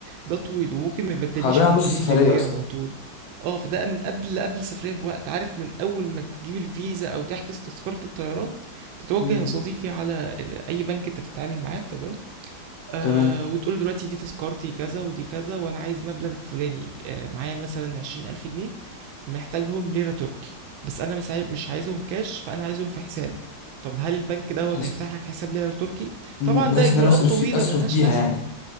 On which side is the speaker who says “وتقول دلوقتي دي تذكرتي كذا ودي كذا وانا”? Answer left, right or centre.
Right